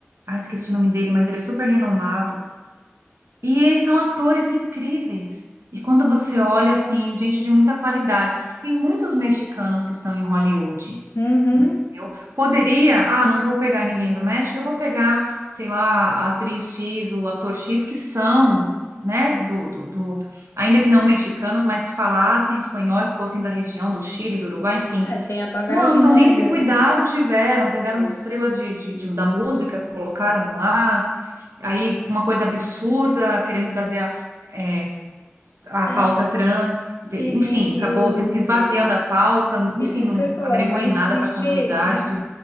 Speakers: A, on the right; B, on the left.
A: Ah, esqueci o nome dele, mas ele é super renomado. E eles são atores incríveis. E quando você olha, assim, gente de muita qualidade. Tem muitos mexicanos que estão em Hollywood.
B: Uhum.
A: Eu poderia, ah, não vou pegar ninguém do México, eu vou pegar, sei lá, a atriz X, o ator X, que são, né, do, do, do- ainda que não mexicanos, mas que falassem espanhol, que fossem da região do Chile, do Uruguai, enfim.
B: Ah, tem a bagagem,
A: Não, então
B: né?
A: nem esse
B: da-
A: cuidado tiveram, pegaram
B: tem-
A: uma estrela de, de- de- da música, colocaram lá, aí uma coisa absurda, querendo trazer a, é, a
B: É,
A: pauta trans, de-
B: e,
A: enfim,
B: e,
A: acabou
B: e o...
A: te- esvaziando a pauta, enfim,
B: e- Isso
A: não
B: que eu ia falar,
A: agregou
B: o mais
A: em nada
B: triste
A: para a comunidade.
B: é... Mas,